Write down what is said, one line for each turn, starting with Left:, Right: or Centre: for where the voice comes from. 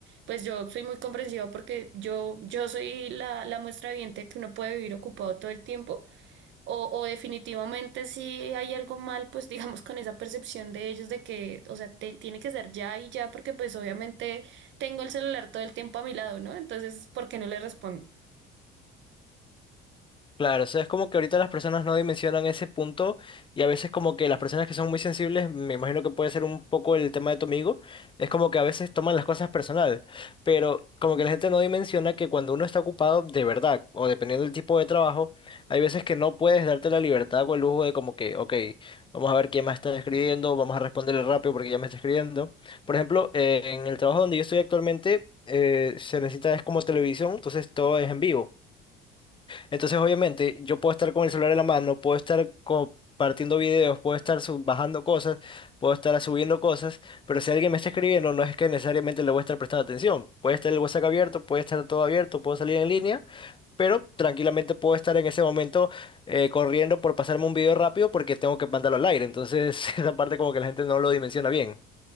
Right: pues yo soy muy comprensiva porque yo, yo soy la, la muestra viviente que uno puede vivir ocupado todo el tiempo. O, o definitivamente si hay algo mal, pues <laughs> digamos con esa percepción de ellos de que, o sea, te- tiene que ser ya y ya, porque pues obviamente tengo el celular todo el tiempo a mi lado, ¿no? Entonces, ¿por qué no le respondo?
Left: Claro, o sea, es como que ahorita las personas no dimensionan ese punto y a veces como que las personas que son muy sensibles, me imagino que puede ser un poco el tema de tu amigo, es como que a veces toman las cosas personal, pero como que la gente no dimensiona que cuando uno está ocupado de verdad o dependiendo del tipo de trabajo, hay veces que no puedes darte la libertad o el lujo de como que, ok, vamos a ver quién más está escribiendo, vamos a responderle rápido porque ya me está escribiendo. Por ejemplo, eh, en el trabajo donde yo estoy actualmente, eh, se necesita es como televisión, entonces todo es en vivo. Entonces, obviamente, yo puedo estar con el celular en la mano, puedo estar compartiendo videos, puedo estar sub- bajando cosas, puedo estar subiendo cosas, pero si alguien me está escribiendo, no es que necesariamente le voy a estar prestando atención. Puede estar el WhatsApp abierto, puede estar todo abierto, puedo salir en línea, pero tranquilamente puedo estar en ese momento eh, corriendo por pasarme un video rápido porque tengo que mandarlo al aire. Entonces, <laughs> esa parte como que la gente no lo dimensiona bien.